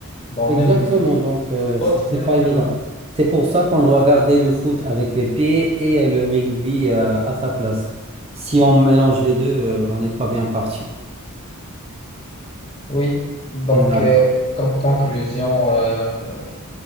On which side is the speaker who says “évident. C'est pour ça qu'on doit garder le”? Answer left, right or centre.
Right